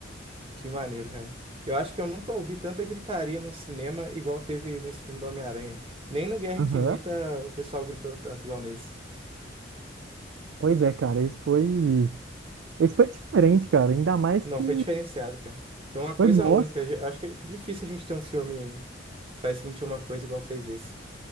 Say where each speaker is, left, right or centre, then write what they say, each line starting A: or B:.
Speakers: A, on the right; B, on the right.
A: Que maneiro, cara. Eu acho que eu nunca ouvi tanta gritaria no cinema igual teve nesse filme do Homem-Aranha. Nem no Guerra
B: Aham.
A: Infinita o pessoal gritou tanto igual nesse.
B: Pois é, cara, esse foi. Esse foi diferente, cara. Ainda mais
A: Não,
B: que.
A: foi diferenciado, cara. Foi uma coisa
B: Foi nossa.
A: única. Eu Acho que é difícil a gente ter um filme que faz sentir uma coisa igual fez esse.